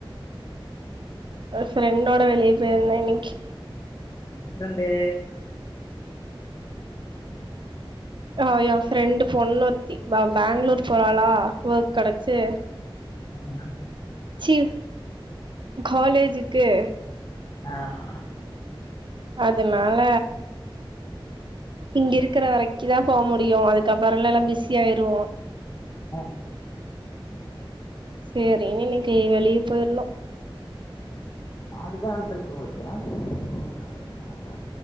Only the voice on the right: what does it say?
ஒரு ஃப்ரண்டோட வெளிய போயிருந்தன் இன்னக்கு
ஆஹ் என் ஃப்ரெண்டு பொண்ணுருத்தி வா பெங்களூர் போறாளா ஒர்க் கிடைச்சு
சீ காலேஜுக்கு
அதனால இங்க இருக்கிற வரைக்கு தா போ முடியு அதுக்கப் வரல எலா பிஸி ஆயிருவோ
சரினு இன்னைக்கு வெளிய போயிருந்தோம்